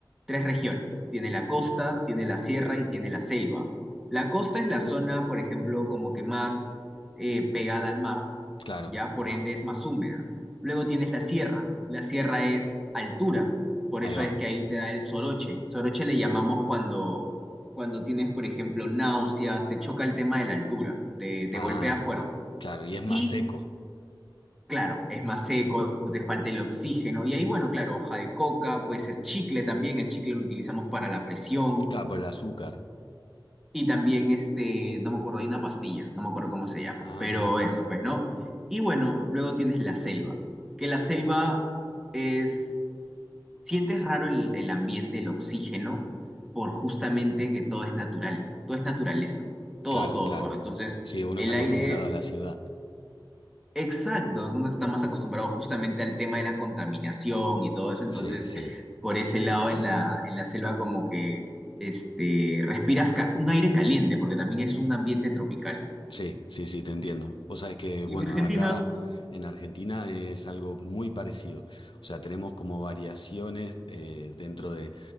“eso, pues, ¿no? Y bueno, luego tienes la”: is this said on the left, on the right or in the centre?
Centre